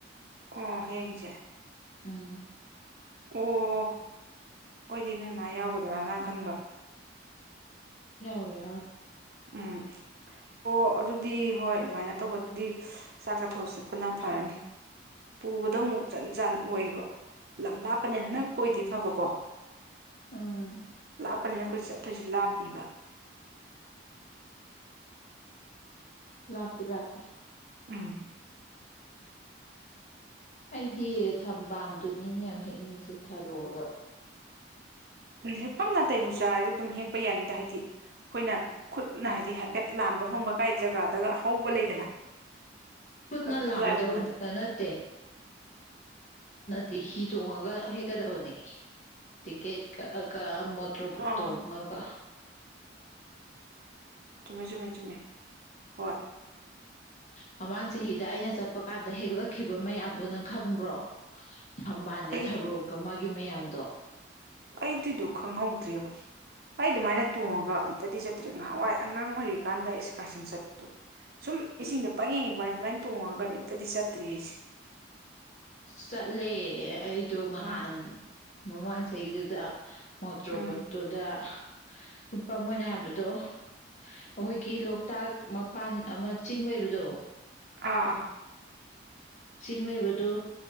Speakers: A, on the right; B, on the left.
A: ꯑꯣ ꯍꯌꯦꯡꯁꯦ
B: ꯎꯝ
A: ꯑꯣ ꯑꯣꯏꯣꯏꯗꯤ ꯅꯣꯏꯃ ꯌꯥꯎꯒꯗ꯭ꯔꯅ ꯈꯟꯕ
B: ꯌꯥ ꯌꯥꯎꯔ ꯌꯥ
A: ꯎꯝ ꯑꯣ ꯑꯗꯨꯗꯤ ꯍꯣꯏ ꯑꯗꯨꯃꯥꯏꯅ ꯇꯧꯕ ꯑꯗꯨꯗꯤ ꯆꯥꯛ ꯆꯥꯊꯣꯛꯑ ꯆꯠꯄꯅ ꯐꯔꯅꯤ ꯄꯨꯕꯗ ꯑꯃꯨꯛ ꯆꯟ ꯆꯟ ꯑꯣꯏꯕ ꯂꯝ ꯂꯥꯞꯄꯅꯦ ꯍꯟꯗꯛꯄ ꯑꯣꯏꯗꯤ ꯐꯕꯀꯣ
B: ꯑꯝ
A: ꯀꯞꯄꯅꯤꯅ ꯑꯩꯈꯣꯏꯊꯣꯏꯁꯦ ꯂꯥꯞꯏꯕ
B: ꯂꯥꯛꯄꯤ ꯂꯥꯛꯄꯤ
A: ꯎꯝ
B: ꯑꯩꯗꯤ ꯊꯝꯕꯥꯜꯗꯨꯅꯤꯅꯦ ꯌꯥꯝ ꯍꯦꯛꯅꯤꯡꯉꯤꯁꯦ ꯊꯔꯣꯒ
A: ꯍꯦꯛꯄꯝ ꯅꯥꯇꯩꯕꯨ ꯆꯥꯔꯗꯤ ꯑꯗꯨꯝ ꯍꯦꯛꯄ ꯌꯥꯅꯤꯗ ꯍꯥꯏꯗꯤ ꯑꯩꯈꯣꯏꯅ ꯈꯨꯠ ꯅꯥ ꯍꯥꯏꯗꯤ ꯍꯥꯏꯐꯦꯠ ꯂꯥꯟꯕ ꯐꯪꯕ ꯀꯥꯏ ꯖꯒꯥꯗꯒ ꯍꯧꯕ ꯂꯩꯗꯅ
B: ꯈꯨꯠꯅ
A: ꯑꯗꯨꯋꯥꯏꯒꯨꯝꯕꯗ
B: ꯂꯥꯝꯗꯧ ꯅꯠꯇꯦ ꯇꯤ ꯍꯤ ꯇꯣꯡꯉꯒ ꯍꯦꯛꯀꯗꯕꯅꯤ ꯇꯤꯛꯀꯦꯠ ꯀꯛꯑꯒ ꯃꯣꯇ꯭ꯔꯣꯕꯨ
A: ꯑꯥ
B: ꯇꯣꯉꯒ
A: ꯃꯤ ꯆꯃꯦ ꯆꯃꯦ ꯍꯣꯏ
B: ꯃꯃꯥꯡ ꯆꯍꯤꯗ ꯑꯩꯅ ꯆꯠꯄ ꯀꯥꯟꯗ ꯍꯦꯛꯂꯛꯈꯤꯕ ꯃꯌꯥꯝꯗꯨ ꯅꯪ ꯈꯪꯕ꯭ꯔꯣ ꯍꯝꯕꯥꯜꯒ
A: ꯑꯩ
B: ꯊꯔꯣꯛꯀ ꯃꯥꯒꯤ ꯌꯨꯝ ꯃꯌꯥꯝꯗꯣ
A: ꯑꯩ ꯗꯨꯗꯣ ꯈꯪꯍꯧꯗ꯭ꯔꯦꯕ ꯑꯩ ꯑꯗꯨꯃꯥꯏꯅ ꯇꯣꯡꯉꯒ ꯑꯝꯇꯗꯤ ꯆꯠꯇ꯭ꯔꯤ ꯉꯥꯏꯍꯥꯟꯋꯥꯏ ꯑꯉꯥꯡ ꯑꯣꯏꯔꯤꯀꯥꯟꯗ ꯏꯁꯀꯥꯔꯁꯟ ꯆꯠꯄꯗꯣ ꯁꯨꯝ ꯏꯁꯤꯡꯗ <unintelligible> ꯑꯗꯨꯃꯥꯏꯅ ꯇꯣꯡꯉꯒꯗꯤ ꯑꯝꯇꯗꯤ ꯆꯠꯇ꯭ꯔꯤ ꯑꯩꯖꯦ꯫
B: ꯆꯠꯂꯦ ꯑꯩꯗꯣ ꯉꯍꯥꯟ
A: ꯑ
B: ꯃꯃꯥꯡ ꯆꯍꯤꯗꯨꯗ ꯃꯣꯇ꯭ꯔꯣꯕꯨꯠꯇꯨꯗ
A: ꯎꯝ
B: ꯂꯨꯄꯥ ꯃꯣꯢꯏꯅ ꯍꯥꯏꯕꯗꯣ ꯑꯩꯈꯣꯏꯒꯤ ꯂꯣꯛꯇꯥꯛ ꯃꯄꯥꯟ ꯑꯃ ꯆꯤꯡ ꯂꯩꯕꯗꯣ
A: ꯑꯥ ꯑ꯫
B: ꯆꯤꯡ ꯂꯩꯕꯗꯣ